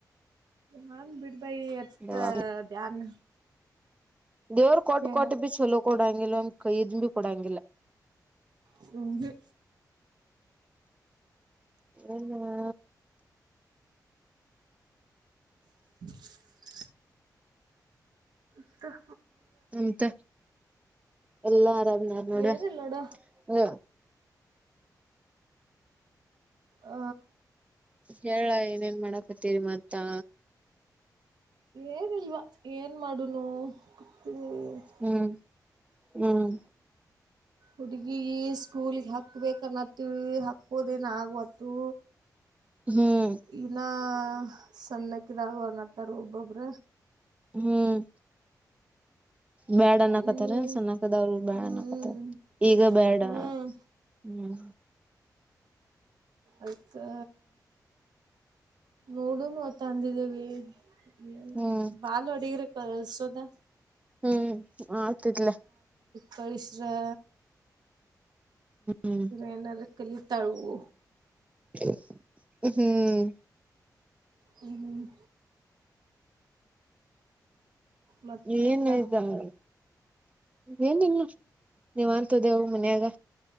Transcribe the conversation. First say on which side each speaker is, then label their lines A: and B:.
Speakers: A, on the right; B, on the right.
A: ಹಂಗ ಬಿಡ್ ಬಾಯಿ ಎತ್ತ
B: ದವಾ
A: ಧ್ಯಾನ್.
B: ದೇವ್ರು ಕೊಟ್
A: ಹೇ
B: ಕೋಟ ಬಿ ಚೋಲೋ ಕೊಡಂಗಿಲ್ಲ ಒಮ್ಮಿ ಕೈ ಇದ್ ಬಿ ಕೊಡಂಗಿಲ್ಲ.
A: ಹ್ಮ್ ಹು.
B: ಏನ ವಾ.
A: <inaudible> ತ್ತ
B: ಎಂತ ಎಲ್ಲಾ ಆರಾಮನಾರ ನೋಡ
A: ಏನಿಲ್ಲ ನೋಡ
B: ಹ
A: ಆ
B: ಹೇಳ ಏನೇನ್ ಮಾಡಕತ್ತೀರಿ ಮತ್ತ
A: ಏನ್ಲ್ವಾ ಏನ್ ಮಾಡುನು ಕೂತಿದೀವಿ
B: ಹ್ಮ್ ಹ್ಮ್
A: ಹುಡ್ಗಿ ಸ್ಕೂಲ್ಗೆ ಹಕ್ಬೇಕ ಅನ್ನತ್ತೀವಿ ಹಕ್ಕೋದೇನ್ ಆಗವತ್ತುು
B: ಹ್ಮ್
A: ಇನ ಸಣ್ಣಕ್ಕಿದಾಗ ಅನತ್ತಾರ ಒಬ್ಬೊಬ್ರ
B: ಹ್ಮ್ ಬ್ಯಾಡ ಅನ್ನಕತ್ತಾರೆ
A: ಹ್ಮ್
B: ಸಣ್ಣಕದವ್ರು ಬ್ಯಾಡನ್ನಕತ್ತಾರೆ
A: ಹ್ಮ್
B: ಈಗ ಬೇಡ
A: ಹ್ಮ್
B: ಹ್ಮ್
A: ಆಯ್ತಾ ನೋಡುನು ಮತ್ತ ಅಂದಿದ್ದೇವಿ ಏಲ್ಲ
B: ಹ್ಮ್
A: ಬಾಲ್ ಅಡಿಗ್ರ ಕಲ್ಸೋದ
B: ಹ್ಮ್ ಆಗ್ತಿದಲ
A: ಪರಿಸರಾ
B: ಹ್ಮ್
A: ಏನಾರ ಕಲಿ ತಾಳುವು
B: ಹ್ಮ್ ಹ್ಮ್
A: ಹ್ಮ ಹ್ಮ ಮತ್ತು
B: ಏನ್ಯತಲ್ಲ ಏನಿಲ್ಲ ನೀವ್ ಇತದೆವು ಮನ್ಯಾಗ